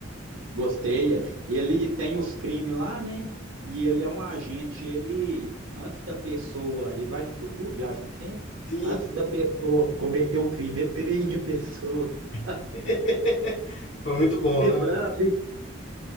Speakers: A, on the right (about 80°); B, on the left (about 60°).
A: Gostei. Ele tem os crimes lá, né? E ele é um agente, ele, antes da pessoa, e vai no futuro, viaja no tempo,
B: Sim,
A: antes da pessoa cometer o crime, ele prende a pessoa. <laughs>
B: <laughs> foi muito bom,
A: Você
B: né?
A: é bravo, hein?